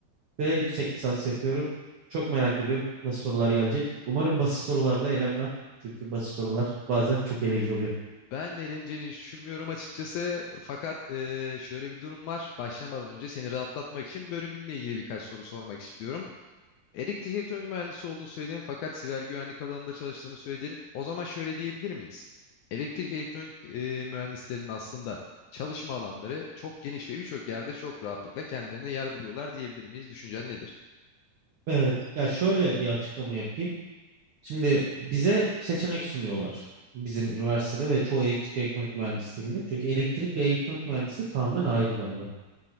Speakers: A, on the right; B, on the left.
A: ve yüksek lisans yapıyorum. Çok merak ediyorum nasıl sorular gelecek. Umarım basit sorularda eğlenmem. Çünkü basit sorular bazen çok eleyici oluyor.
B: Ben eleneceğini hiç düşünmüyorum açıkçası. Fakat eee, şöyle bir durum var. Başlamadan önce seni rahatlatmak için bölümünle ilgili birkaç soru sormak istiyorum. Elektrik elektronik mühendisi olduğunu söyledin fakat siber güvenlik alanında çalıştığını söyledin. O zaman şöyle diyebilir miyiz? Elektrik elektronik eee, mühendislerinin aslında çalışma alanları çok geniş ve birçok yerde çok rahatlıkla kendilerine yer buluyorlar diyebilir miyiz? Düşüncen nedir?
A: Evet. Ya şöyle bir açıklama yapayım. Şimdi bize seçenek sunuyorlar bizim üniversitede ve çoğu elektrik ve elektronik mühendisliğinde. Çünkü elektrik ve elektronik mühendisliği tamamen ayrı dallar.